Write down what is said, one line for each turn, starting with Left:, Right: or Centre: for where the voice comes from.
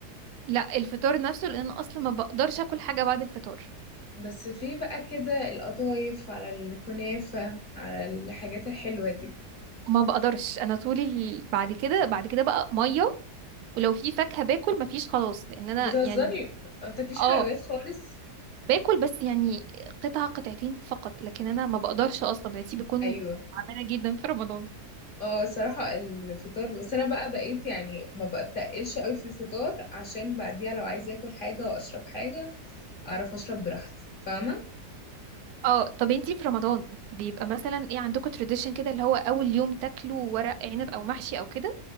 Right: لا الفطار نفسه لان انا اصلا ما بقدرش اكل حاجه بعد الفطار
Left: بس في بقى كده القطايف على الكنافة على الحاجات الحلوة دي
Right: ما بقدرش انا طولي ال... بعد كده بعد كده بقى ميه ولو في فاكهه باكل مفيش خلاص لان انا
Left: بتهزري
Right: يعني
Left: ما بتاكليش
Right: اه
Left: حلويات خالص
Right: باكل بس يعني قطعه قطعتين فقط لكن انا ما بقدرش اصلا مناعتي بيكون
Left: ايوه
Right: تعبانه جدا في رمضان
Left: اه صراحة الفطار بس انا بقى بقيت يعني ما بتقلش قوي في الفطار عشان بعديها لو عايز اكل حاجة واشرب حاجة اعرف اشرب براحتي فاهمة
Right: اه طب انتي في رمضان بيبقى مثلا ايه عندكم تراديشن كده اللي هو اول يوم تاكلوا ورق عنب او محشي او كده